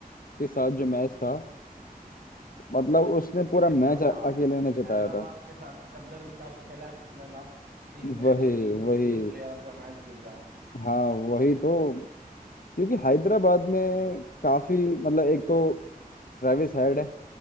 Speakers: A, on the left; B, on the right.
A: के साथ जो मैच था मतलब उसने पूरा
B: वही तो
A: मैच
B: बोला
A: अकेले ने जिताया
B: हैदराबाद
A: था
B: के साथ जब जब स्टार्क खेला है पिछला लास्ट तीन मैच
A: वही
B: तीन
A: वही
B: तीन प्लेयर ऑफ द मैच जीता है
A: हाँ वही तो क्योंकि हैदराबाद में काफी मतलब एक तो ट्रेविस हेड है